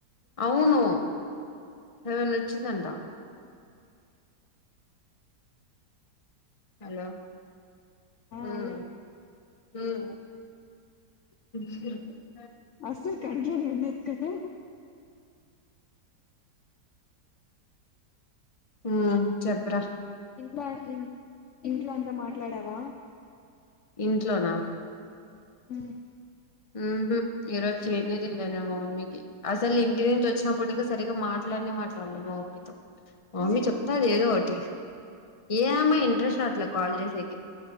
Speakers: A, on the left; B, on the left.
A: అవును సెవన్ వచ్చిందంట హలో
B: ఆ
A: మ్మ్
B: హలో
A: మ్మ్ <unintelligible>
B: సలు కంట్రోల్ ఉండదు కదా
A: మ్మ్ చెప్పు రా
B: బాటుంది ఇంట్లో అంతా మాట్లాడావా
A: ఇంట్లోనా
B: మ్మ్
A: హ్మ్ హు ఈరోజు చెయ్యనే చెయ్యలే నేన్ మా మమ్మీ కి అసలు ఇంటి నుంచి వచ్చినప్పుడునింక సరిగా మాట్ ట్లనే మాట్లాడ్లే మా మమ్మీ తో మా మమ్మీ
B: ఏ
A: చెప్తాది
B: ఏముంది
A: ఏదో ఒకటి ఏమ ఇంట్రెస్ట్ రాట్లా కాల్ చేసేకి